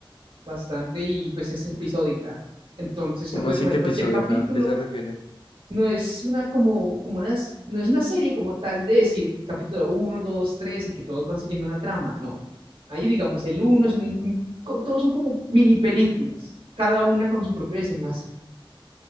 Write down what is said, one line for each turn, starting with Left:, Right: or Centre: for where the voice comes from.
Right: bastante y pues es episódica. Entonces
Left: ¿Cómo
Right: te puede
Left: así
Right: coger
Left: que episódica?
Right: cualquier capítulo.
Left: ¿A ¿Qué se refiere?
Right: No es una como, como unas, no es una serie como tal de decir capítulo uno dos tres y que todos van siguiendo una trama, no. Ahí digamos el uno es un, co- todos son como mini películas, cada una con su propio desenlace,